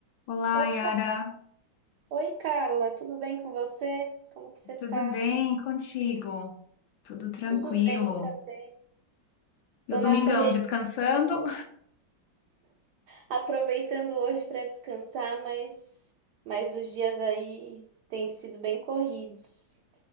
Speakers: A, on the left; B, on the right.
A: Olá,
B: Opa,
A: Yara.
B: oi Carla, tudo bem com você? Como que você
A: Tudo
B: tá?
A: bem contigo? Tudo tranquilo.
B: Tudo bem também.
A: E
B: Tô
A: o domingão
B: na correria,
A: descansando?
B: aproveitando hoje para descansar, mas mas os dias aí têm sido bem corridos.